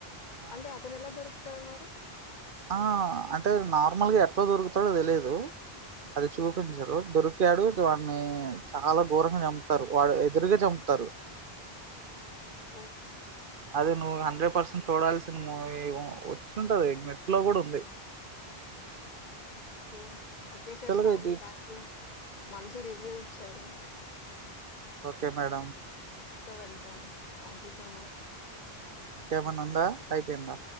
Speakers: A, on the right; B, on the left.
A: ఆ
B: అంటే అతను ఎలా దొరు తాడు మరి
A: ఆ అంటే నార్మల్గా ఎట్లా దొరుకుతాడో తెలియదు అది చూపించరు దొరికాడు దాన్ని చాలా ఘోరంగా చంపుతారు వాడు ఎదురుగా చంపుతారు
B: బస్
A: అదే నువ్వు హండ్రెడ్ పర్సెంట్ చూడాల్సిన మూవీ వచ్చింటది నెట్ లో కూడా ఉంది
B: ఓకే ఓకే
A: యాక్చువల్
B: సార్ ఫైన్
A: గా ఇది
B: థ్యాంక్ యూ మంచి రివ్యూ విచ్చార
A: ఓకే మేడ
B: వెల్తమ్ థ్యాంక్ యూ సో మచ్
A: ఇంకా ఏంఅన్న ఉందా అయిపోయిందా